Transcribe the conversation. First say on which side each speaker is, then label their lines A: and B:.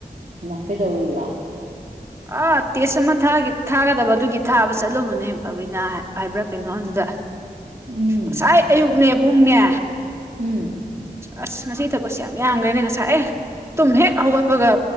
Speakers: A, on the right; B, on the right.
A: ꯍꯩꯃꯥ ꯀꯩꯗꯧꯔꯨꯔꯤꯕꯥ
B: ꯑ ꯇꯦꯁ ꯑꯃ ꯊꯥꯒꯤ ꯊꯥꯒꯗꯕ ꯑꯗꯨꯒꯤ ꯊꯥꯕ ꯆꯠꯂꯨꯕꯅꯦ ꯕꯥꯕꯤꯅꯥ ꯍꯥꯏꯕ꯭ꯔꯥ ꯀꯩꯅꯣ ꯑꯗꯨꯗ
A: ꯎꯝ
B: ꯑꯁꯥꯏ ꯑꯌꯨꯛꯅꯦ ꯄꯨꯡꯅꯦ
A: ꯎꯝ
B: ꯑꯁ ꯉꯁꯤ ꯊꯕꯛꯁꯦ ꯌꯥꯝ ꯌꯥꯝꯈ꯭ꯔꯦꯅꯦ ꯉꯁꯥꯏ ꯑꯦ ꯇꯨꯝ ꯍꯦꯛ ꯍꯧꯒꯠꯄꯒ